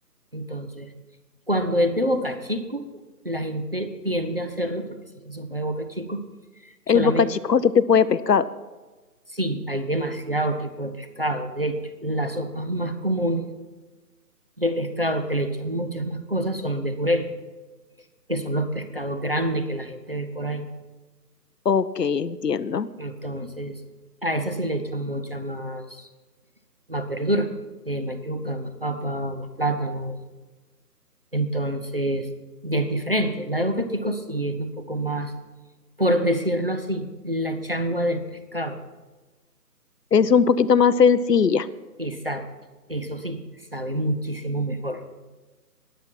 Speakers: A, on the right; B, on the left.
A: Entonces, cuando es de boca chico, la gente tiende a hacerlo porque se hace sopa de boca chico.
B: El
A: Solamente,
B: bocachico es otro tipo de pescado.
A: sí, hay demasiado tipo de pescado. De hecho, las sopas más comunes de pescado que le echan muchas más cosas son de jurel, que son los pescados grandes que la gente ve por ahí.
B: Ok, entiendo.
A: Entonces, a esas sí le echan mucha más más verdura, eh, más yuca, más papa, más plátano. Entonces, ya es diferente. La de Boquetico sí es un poco más, por decirlo así, la changua del pescado.
B: Es un poquito más sencilla.
A: Exacto, eso sí, sabe muchísimo mejor.